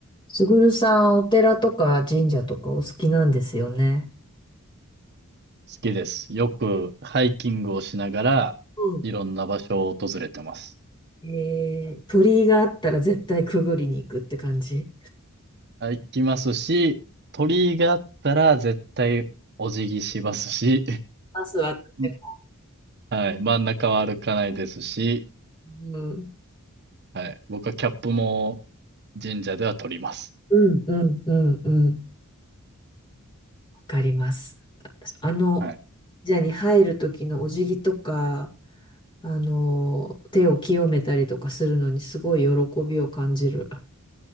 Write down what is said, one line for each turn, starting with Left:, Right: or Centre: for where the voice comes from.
Left: すぐるさん、お寺とか神社とかお好きなんですよね。
Right: きです。よくハイキングをしながら、
Left: うん。
Right: いろんな場所を訪れてます。
Left: えー、鳥居があったら絶対くぐりに行くって感じ。
Right: あ行きますし、鳥居があったら絶対お辞儀しますし、
Left: まず私も。
Right: <laughs> はい、真ん中は歩かないですし、
Left: うん、
Right: はい、僕はキャップも神社では取ります。
Left: うん、うん、うん、うんわかります。私あの、
Right: はい。
Left: 神社に入る時のお辞儀とか、あの、手を清めたりとかするのにすごい喜びを感じる。